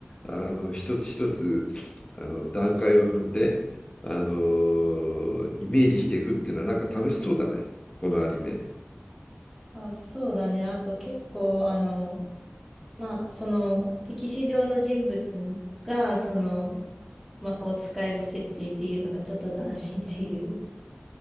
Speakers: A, on the left; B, in the centre.
A: あの一つ一つあの段階を踏んであのイメージしていくっていうのはなんか楽しそうだねこのアニメ
B: あ、そうだね。あと結構あの、まあ、その、歴史上の人物が、その、魔法を使える設定っていうのがちょっと斬新っていう。